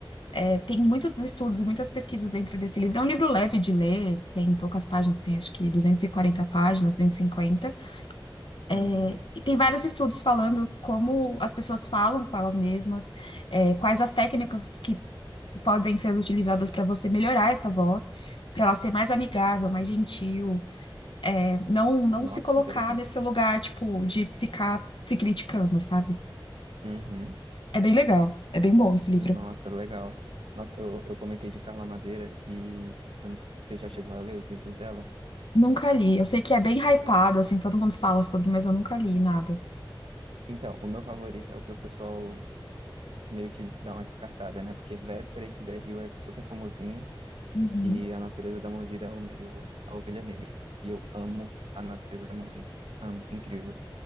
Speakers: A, on the left (about 65°); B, on the right (about 85°).
A: É, Tem muitos estudos e muitas pesquisas dentro desse livro. É um livro leve de ler, tem poucas páginas, tem acho que 240 páginas, 250. E cinquenta.
B: Uhum.
A: É, e tem vários estudos falando como as pessoas falam com elas mesmas, é, quais as técnicas que podem ser utilizadas para você melhorar essa voz, para ela ser mais amigável, mais gentil, é, não, não
B: Nossa,
A: se colocar
B: que interessante.
A: nesse lugar, tipo, de ficar se criticando, sabe?
B: Uhum.
A: É bem legal, é bem bom esse livro.
B: Nossa, legal. Nossa, eu, eu comentei de Carla Madeira e eu não- você já chegou a ler os livros dela?
A: Nunca li. Eu sei que é bem hypado, assim, todo mundo fala sobre, mas eu nunca li nada.
B: Então, o meu favorito é o que o pessoal meio que dá uma descartada, né? Porque Véspera e Tudo é Rio é super famosinho.
A: Uhum,
B: E a natureza da mordida é o meio a ovelha negra. E eu amo a natureza da mordida. amo Incrível.